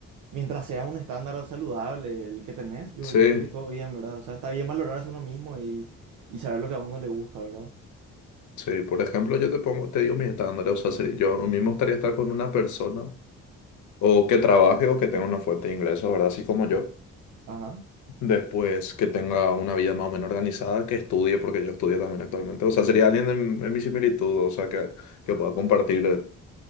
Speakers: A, on the right; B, on the left.
A: Mientras sea un estándar saludable el que tenés, yo,
B: Sí,
A: yo creo que todo bien, ¿verdad? O sea, está bien valorarse uno mismo y, y saber lo que a uno le gusta, ¿verdad?
B: sí, por ejemplo, yo te pongo, te digo mis estándares, o sea, si yo a
A: Mm.
B: mí me gustaría estar con una persona o que trabaje o que tenga una fuente de ingresos, ¿verdad? Así como yo.
A: Ajá,
B: Después que tenga una vida más o menos organizada, que estudie, porque yo estudio también actualmente. O sea, sería alguien en, en mi similitud, o sea, que, que pueda compartir